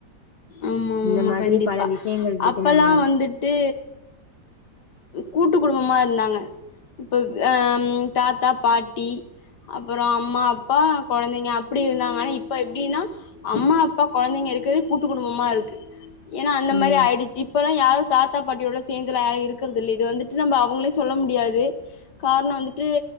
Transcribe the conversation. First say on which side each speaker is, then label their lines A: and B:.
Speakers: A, on the left; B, on the left.
A: ஆமா ஆமா
B: இந்த
A: ஆமா
B: மாதிரி
A: கண்டிப்பா
B: பல விஷயங்கள் இருக்கு
A: அப்பல்லாம்
B: நம்ம
A: வந்துட்டு கூட்டு குடும்பமா நதாங்க ப்ப ஆஹ் தாத்தா பாட்டி அப்புறோ அம்மா அப்பா குழந்தைங்க அப்படி இருந்தாங்க ஆனா இப்ப எப்படின்னா அம்மா அப்பா குழந்தைங்க இருக்குறது கு குடும்பமா இருக்கு ஏன்னா அந்த
B: ம்.
A: மாதிரி ஆயிடுச்சு இப்பல யாரும் தாத்தா பாட்டியோட சேர்ந்துல யாரும் இருக்கிறது இல்ல இது வந்துட்டு நம்ம அவங்கள சொல்ல முடியாது காரணம் வந்துட்டு